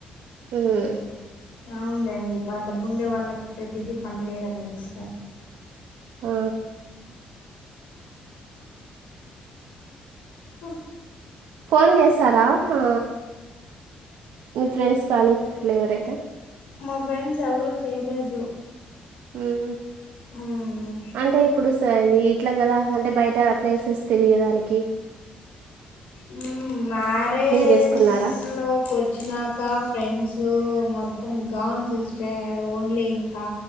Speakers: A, on the right (about 85°); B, on the left (about 80°).
A: మహ్
B: అవున్లెండి బ డబ్బుండే వాళ్ళకి ప్రతిదీ పండగే కదా సిస్టర్
A: ఆ
B: మహ్
A: ఫోన్ చేస్తారా ఆ మీ ఫ్రెండ్స్ కానీ అట్లా ఎవరైనా
B: మా ఫ్రెండ్స్ ఎవరు చేయలేదు
A: మహ్
B: మ్మ్.
A: అంటే ఇప్పుడు ఓస్తాది అది ఎట్లా కదా అంటే బయట ప్లేసెస్ తిరిగిరానికి
B: మహ్ మ్యారేజ్లోకి
A: చేసుకున్నారా
B: వచ్చినాక ఫ్రెండ్సు మొత్తం గాన్ సిస్టర్ ఓన్లీ ఇంకా